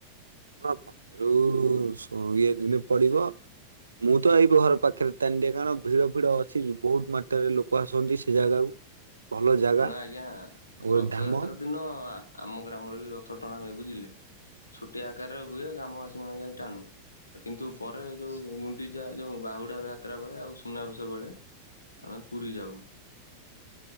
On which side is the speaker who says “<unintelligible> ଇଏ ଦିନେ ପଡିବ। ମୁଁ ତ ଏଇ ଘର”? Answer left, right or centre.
Right